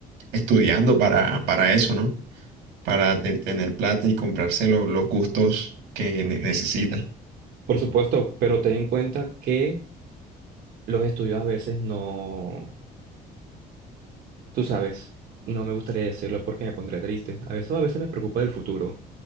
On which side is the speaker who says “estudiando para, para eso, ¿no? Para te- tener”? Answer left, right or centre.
Right